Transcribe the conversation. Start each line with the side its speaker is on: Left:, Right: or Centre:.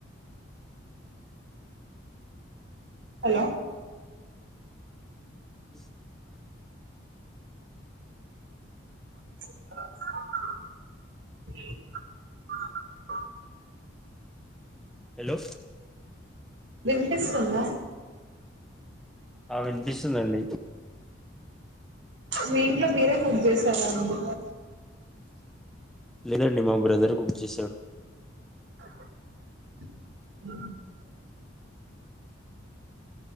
Right: హలో
Centre: వి
Right: <inaudible>
Centre: హలో
Right: విన్పిస్తుంద
Centre: ఆ వినిపిస్తుందండి
Right: మీ ఇంట్లో మీరే కుక్ చేసారాండి
Centre: లేదండి మా బ్రదరే కుక్ చేసేవారు
Right: <unintelligible>